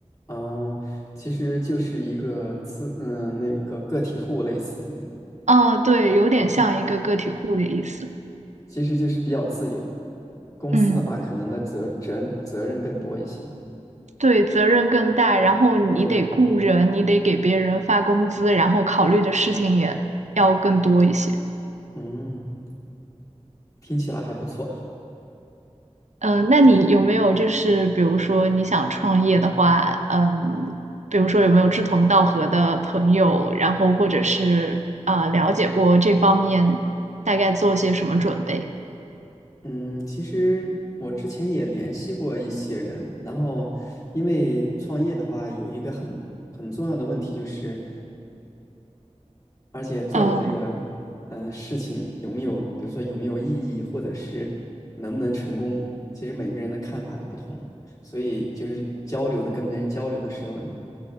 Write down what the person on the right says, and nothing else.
嗯，对，有点像一个个体户的意思。
嗯，
对，责任更大，然后你得雇人，
你得给别人发工资，然后考虑的事情也要更多一些。
嗯，那你有没有就是比如说你想创业的话，嗯，比如说有没有志同道合的朋友，然后或者是呃了解过这方面大概做些什么准备？
嗯